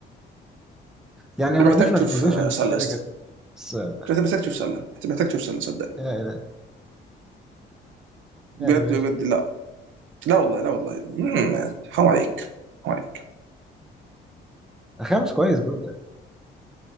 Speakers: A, in the centre; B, on the right.
A: يعني
B: ده
A: هما
B: محتاج
A: ديفرنت
B: تشوف
A: بوزيشنز
B: آه، سله
A: كده
B: يا اسطى
A: كده بس آه،
B: انت محتاج تشوف سله انت محتاج تشوف سله صدقني
A: يا الهي
B: بجد
A: يا الهي
B: بجد لا لا والله لا والله مم، حرام عليك حرام عليك
A: الخامس كويس برضه يعني.